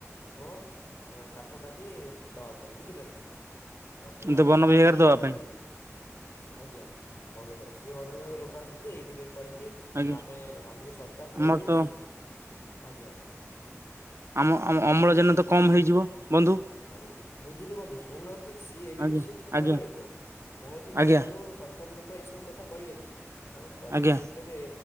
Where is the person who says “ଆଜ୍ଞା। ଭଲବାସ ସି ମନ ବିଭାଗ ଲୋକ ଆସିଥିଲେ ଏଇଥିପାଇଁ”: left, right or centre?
Left